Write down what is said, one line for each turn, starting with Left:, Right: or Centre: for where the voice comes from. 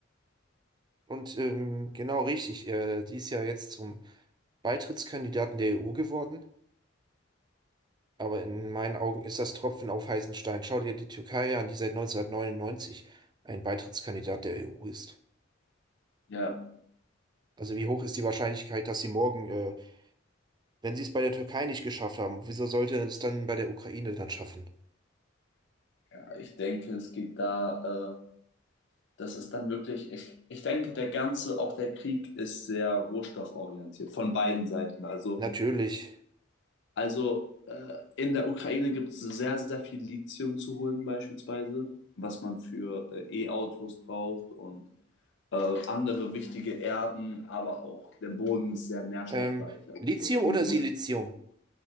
Right: Und ähm, genau richtig, äh, die ist ja jetzt zum Beitrittskandidaten der EU geworden, aber in meinen Augen ist das Tropfen auf heißen Stein. Schau dir die Türkei an, die seit 1999 ein Beitrittskandidat der EU ist.
Left: ja,
Right: Also wie hoch ist die Wahrscheinlichkeit, dass sie morgen, äh, wenn sie es bei der Türkei nicht geschafft haben, wieso sollte es dann bei der Ukraine dann schaffen?
Left: ja, ich denke, es geht da, äh, das ist dann wirklich, ich, ich denke, der ganze, auch der Krieg ist sehr rohstofforientiert von beiden Seiten. Also
Right: Natürlich.
Left: Also äh, in der Ukraine gibt es sehr, sehr viel Lithium zu holen beispielsweise, was man für äh, E-Autos braucht und äh, andere wichtige Erden, aber auch der Boden ist sehr nährstoffreich.
Right: Ähm, Lithium
Left: Also viel
Right: oder
Left: gibt's.
Right: Silizium?